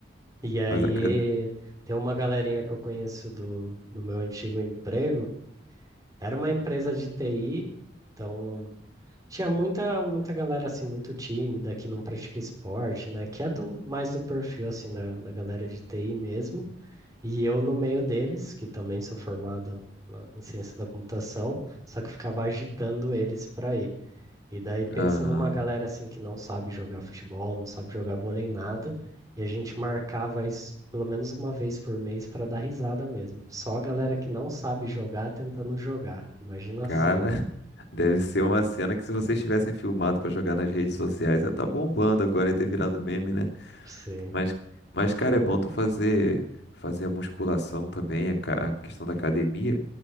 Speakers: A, on the right; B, on the left.
A: E aí
B: Mas a cada...
A: tem uma galerinha que eu conheço do, do meu antigo emprego, era uma empresa de TI. Então, Tinha muita, muita galera assim muito tímida que não pratica esporte, né? Que é do mais do perfil assim da, da galera de TI mesmo. E eu no meio deles, que também sou formado na- em ciência da computação, só que ficava agitando eles para ir. E daí pensa
B: Aham.
A: numa galera assim que não sabe jogar futebol, não sabe jogar vôlei nada, e a gente marcava isso pelo menos uma vez por mês para dar risada mesmo. Só a galera que não sabe jogar tentando jogar. Imagina
B: Cara,
A: a cena.
B: Deve ser uma cena que se vocês tivessem filmado pra jogar nas redes sociais, ia tá bombando agora, ia ter virado meme, né?
A: Sim.
B: Mas, mas, cara, é bom tu fazer, fazer a musculação também, a, ca- a questão da academia,